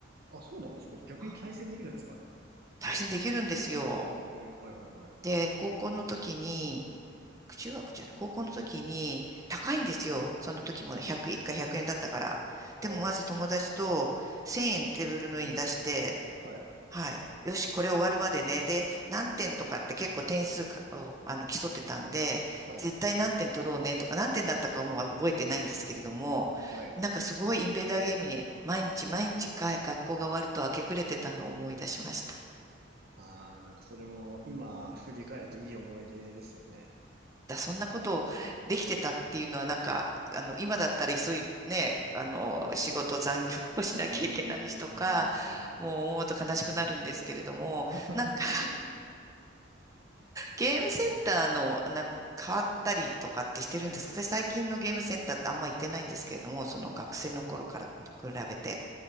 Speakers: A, on the right (about 55°); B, on the right (about 15°).
A: あ、そうなんですか逆に対戦できるんですかあれ。
B: あ対戦できるんですよ。
A: えー、はいはいはい。
B: で、高校の時に、中学じゃない、高校の時に高いんですよ。その時も100、1回100円だったから。
A: はい。
B: でもまず友達と1000円テーブルの上に出して、
A: はい。
B: はい。よし、これ終わるまでね。で、何点とかって結構点数かをあの競ってたんで、
A: はい。
B: 絶対何点取ろうねとか、何点だったかはもう覚えてないんですけれども、
A: はい。
B: なんかすごいインベーダーゲームに毎日毎日か学校が終わると明け暮れてたのを思い出しました。
A: ああ、なんかそれも今振り返るといい思い出ですよね。
B: だ、そんなことできてたっていうのは、なんか、あの、今だったら急い、ね、あの、仕事残業をしなきゃいけない人か、
A: うーん。
B: もう思うと悲しくなるんですけれども、
A: <laughs>
B: なんか、ゲームセンターの、なんか変わったりとかってしてるんですか私最近のゲームセンターってあんま行ってないんですけれども、その学生の頃からと比べて。